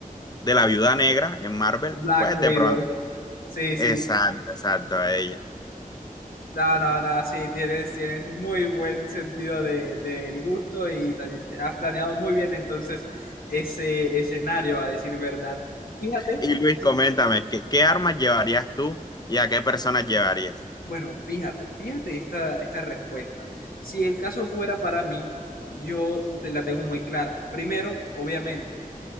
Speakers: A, on the left; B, on the left.
A: de la viuda negra en Marvel,
B: Black
A: pues
B: Widow.
A: de pronto.
B: Sí, sí.
A: Exacto, exacto, a ella.
B: No, no, no, sí, tienes, tienes muy buen sentido de, del gusto y también te- has planeado muy bien entonces ese escenario, a decir verdad. Fíjate,
A: Y Luis,
B: sí,
A: coméntame, ¿qué, qué armas llevarías tú y a qué personas llevarías?
B: bueno, fíjate, fíjate esta, esta respuesta. Si el caso fuera para mí, yo te la tengo muy clara. Primero, obviamente,